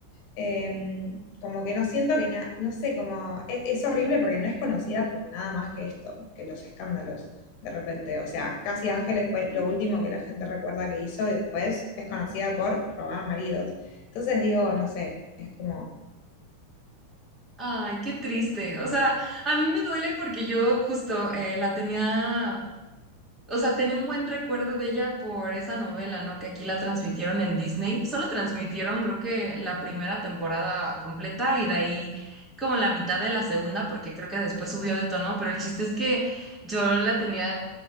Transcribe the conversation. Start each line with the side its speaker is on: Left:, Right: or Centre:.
Left: Eh, como que no siento que nada, no sé, como e- es, horrible porque no es conocida por nada más que esto, que los escándalos, de repente. O sea, Casi Ángeles fue lo último que la gente recuerda que hizo y después es conocida por robar maridos. Entonces digo, no sé, es como,
Centre: Ay, qué triste. O sea, a mí me duele porque yo justo eh, la tenía O sea, tenía un buen recuerdo de ella por esa novela, ¿no? Que aquí la transmitieron en Disney. Solo transmitieron, creo que la primera temporada completa y de ahí como la mitad de la segunda, porque creo que después subió de tono, pero el chiste es que yo la tenía